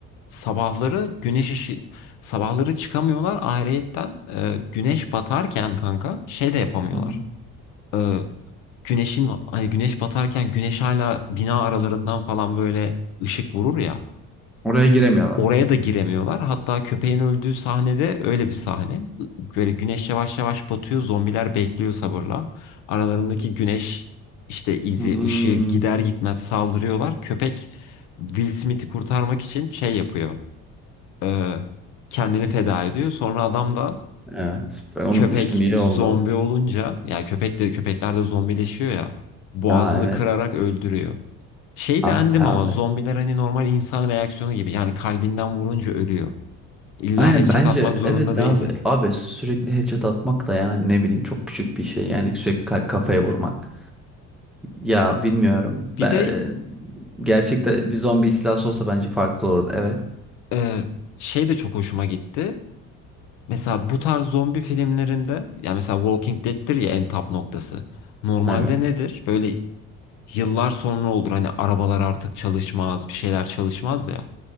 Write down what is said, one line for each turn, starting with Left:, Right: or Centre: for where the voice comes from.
Left: Sabahları güneş ışı sabahları çıkamıyorlar ayrıyetten e, güneş batarken kanka şey de yapamıyorlar.
Centre: ben.
Left: E, güneşin hani güneş batarken güneş hala bina aralarından falan böyle ışık vurur ya.
Centre: Oraya giremiyorlar.
Left: Oraya da giremiyorlar. Hatta köpeğin öldüğü sahnede öyle bir sahne. Böyle güneş yavaş yavaş batıyor. Zombiler bekliyor sabırla. Aralarındaki güneş işte izi,
Centre: Hmm.
Left: ışığı gider gitmez saldırıyorlar. Köpek Will Smith'i kurtarmak için şey yapıyor. e, kendini feda ediyor. Sonra adam da
Centre: Evet. Ben unutmuştum.
Left: köpek
Centre: İyi
Left: zombi
Centre: oldu.
Left: olunca yani köpek de köpekler de zombileşiyor ya. Boğazını
Centre: Aa evet.
Left: kırarak öldürüyor. Şey beğendim
Centre: Ah be
Left: ama
Centre: abi.
Left: zombiler hani normal insan reaksiyonu gibi. Yani kalbinden vurunca ölüyor. İlla
Centre: Aynen
Left: headshot
Centre: bence
Left: atmak zorunda
Centre: evet
Left: değilsin.
Centre: abi. Abi sürekli headshot atmak da yani ne bileyim çok küçük bir şey. Yani sürekli ka- kafaya vurmak. Ya bilmiyorum. Ben,
Left: Bir de
Centre: gerçekten bir zombi istilası olsa bence farklı olurdu. Evet.
Left: e, şey de çok hoşuma gitti. Mesela bu tarz zombi filmlerinde ya mesela Walking Dead'tir ya en tap noktası. Normalde
Centre: Evet.
Left: nedir? Böyle yıllar sonra olur hani arabalar artık çalışmaz, bir şeyler çalışmaz ya.